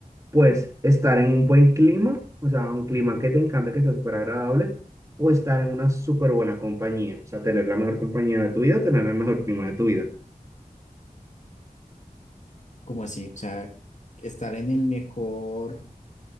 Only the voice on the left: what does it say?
Como así? O sea, estar en el mejor